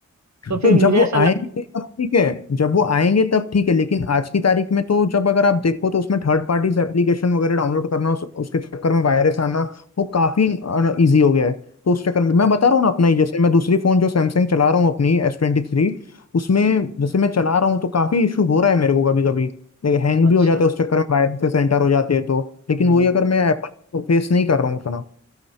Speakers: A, on the left (about 55°); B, on the right (about 60°).
A: तो
B: तो फिर मुझे
A: जब वो
B: ऐसा
A: आएंगे
B: लग
A: तब ठीक है जब वो आएंगे तब ठीक है लेकिन आज की तारीख में तो जब अगर आप देखो तो उसमें थर्ड पार्टीज एप्लीकेशन वगैरह डाउनलोड करना उस, उसके चक्कर में वायरस आना वो काफी इजी हो गया है तो उस चक्कर में मैं
B: अच्छा
A: बता रहा हूँ ना अपना ही जैसे मैं दूसरी फोन जो सैमसंग चला रहा हूँ अपनी एस ट्वेंटी थ्री
B: हम्म,
A: उसमें
B: हम्म,
A: जैसे मैं चला रहा हूँ तो काफी इशू हो रहा है मेरे को कभी कभी लेकिन हैंग
B: अच्छा
A: भी हो जाता है उस चक्कर में वायरस से सेंटर हो जाते हैं तो लेकिन
B: हम्म।
A: वही अगर मैं एप्पल फेस नहीं कर रहा हूँ उतना